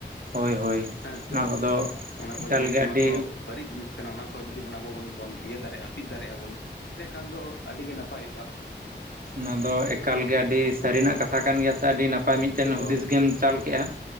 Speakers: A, on the right (about 50°); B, on the left (about 80°).
A: ᱦᱳᱭ ᱦᱳᱭ
B: ᱦᱮᱸ ᱥᱮᱮ
A: ᱚᱱᱟ ᱠᱚᱫᱚ
B: ᱚᱱᱟ
A: ᱮᱠᱟᱞ
B: ᱠᱚ ᱡᱤᱱᱤᱥ
A: ᱜᱮ ᱟᱹᱰᱤ
B: ᱢᱟᱛᱚ ᱵᱟᱹᱲᱤᱡ ᱡᱤᱱᱤᱥ ᱠᱟᱱᱟ ᱚᱱᱟ ᱠᱚ ᱡᱩᱫᱤ ᱵᱚᱱ ᱟᱵᱚ ᱵᱚᱱ ᱵᱚᱱ ᱤᱭᱟᱹ ᱫᱟᱲᱮᱭᱟᱜᱼᱟ ᱦᱟᱹᱯᱤᱫ ᱫᱟᱲᱮᱭᱟᱜᱼᱟ ᱵᱚᱱ᱾ ᱛᱮ ᱮᱠᱷᱟᱱ ᱫᱚ ᱟᱹᱰᱤᱜᱮ ᱱᱟᱯᱟᱭᱚᱜᱼᱟ᱾
A: ᱱᱚᱣᱟ ᱫᱚ ᱮᱠᱟᱞ
B: ᱦᱮᱸ ᱥᱮ
A: ᱜᱮ ᱟᱹᱰᱤ ᱥᱟᱹᱨᱤᱱᱟᱜ ᱠᱟᱛᱷᱟ ᱠᱟᱱ ᱜᱮᱭᱟ ᱾ ᱥᱮ ᱟᱹᱰᱤ ᱱᱟᱯᱟᱭ ᱢᱤᱫᱴᱮᱱ
B: ᱦᱳᱭ
A: ᱦᱩᱫᱤᱥ ᱜᱮᱢ ᱪᱟᱞ ᱠᱮᱜᱼᱟ ᱾